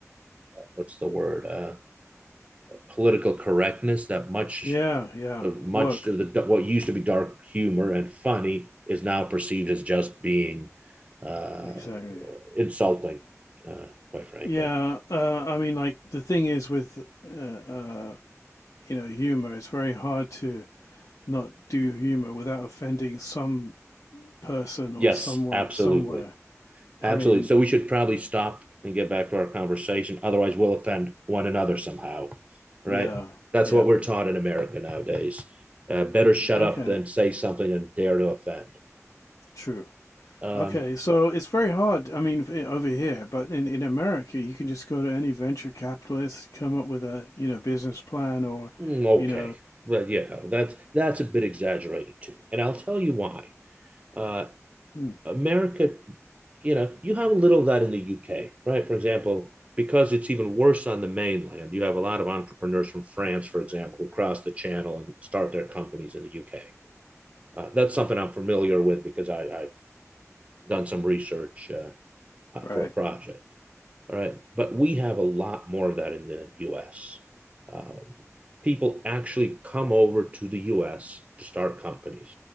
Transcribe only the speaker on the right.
what's the word, uh, political correctness that much
of much
of the what used to be dark humor and funny is now perceived as just being uh,
insulting, uh, quite frankly.
Yes,
absolutely.
Absolutely.
So we should probably stop and get back to our conversation. Otherwise, we'll offend one another somehow. Right?
That's
what we're taught in America nowadays. Uh, better shut
up than say something and dare to offend.
Um,
mm,
okay.
Well, yeah, that's that's a bit exaggerated too. And I'll tell you why. Uh,
America, you know, you have a little of that in the UK, right? For example, because it's even worse on the mainland, you have a lot of entrepreneurs from France, for example, who cross the channel and start their companies in the UK. Uh, that's something I'm familiar with because I, have done some research uh,
for a project. All right. But we have a lot more of that in the US. Uh, people actually come over to the US to start companies.